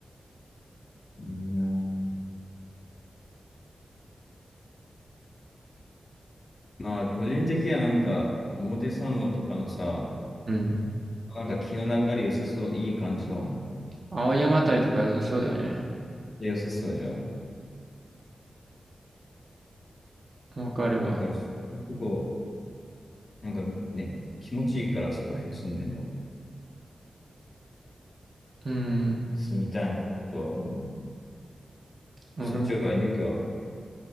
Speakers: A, on the left; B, on the right.
A: う。うーん。まあ、個人的にはなんか、表参道とかのさ、
B: うん。
A: なんか気の流れ良さそう、いい感じの、
B: 青山あたりとか良さそうだよね。
A: で良さそうじゃん。
B: わかるわ。
A: だから、そういうとこ、なんかね、気持ちいいから、そこら辺住んでんの。
B: うん。
A: 住みたいなとは思う。
B: 俺も、
A: そっちは、勇気は。